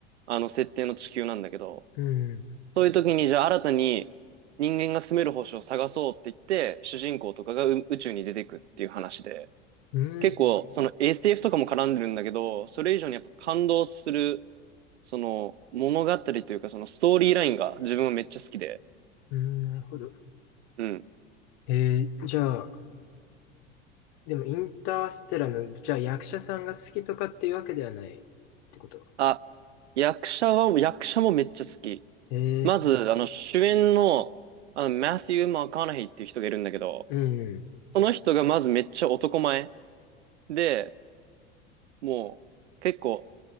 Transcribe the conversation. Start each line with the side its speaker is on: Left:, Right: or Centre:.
Right: あの、設定の地球なんだけど、
Left: うん、
Right: そういう時に、じゃあ新たに人間が住める星を探そうって言って、主人公とかがう宇宙に出てくっていう話で、
Left: うん、
Right: 結構、その SF とかも絡んでるんだけど、それ以上にやっぱ感動する、その、物語というか、そのストーリーラインが自分はめっちゃ好きで、
Left: うん、なるほど。
Right: うん。
Left: えー、じゃあ、でもインターステラーの、じゃあ役者さんが好きとかっていうわけではないってこと。
Right: あ、役者は、役者もめっちゃ好き。
Left: えー、
Right: まず、あの、主演の、あの、マティュー・マカナヒーっていう人がいるんだけど、
Left: うん、
Right: その人がまずめっちゃ男前で、もう、結構、